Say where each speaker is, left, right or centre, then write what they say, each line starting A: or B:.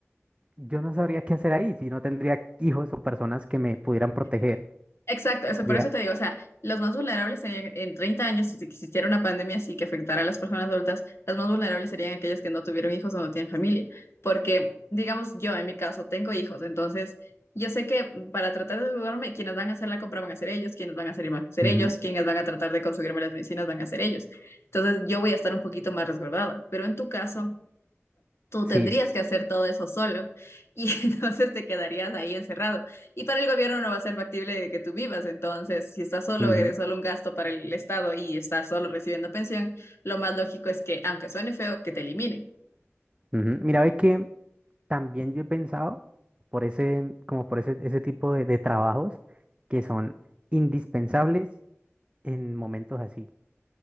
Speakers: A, on the right; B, on the left.
A: Yo no sabría qué hacer ahí si no tendría hijos o personas que me pudieran proteger.
B: Exacto, eso,
A: Diría,
B: por eso te digo, o sea, los más vulnerables serían en 30 años, si existiera una pandemia así que afectara a las personas adultas, los más vulnerables serían aquellos que no tuvieron hijos o no tienen familia, porque, digamos, yo en mi caso tengo hijos, entonces yo sé que para tratar de ayudarme, quienes van a hacer la compra van a ser ellos, quienes van a hacer van a ser
A: "Ujú,
B: ellos, quienes van a tratar de conseguirme las medicinas van a ser ellos. Entonces yo voy a estar un poquito más resguardada, pero en tu caso, tú
A: sí.
B: tendrías que hacer todo eso solo y <laughs> entonces te quedarías ahí encerrado. Y para el gobierno no va a ser factible que tú vivas, entonces si estás solo,
A: ujú".
B: eres solo un gasto para el Estado y estás solo recibiendo pensión, lo más lógico es que, aunque suene feo, que te elimine.
A: Ujú. Mira, ves que también yo he pensado por ese, como por ese, ese tipo de, de trabajos que son indispensables en momentos así.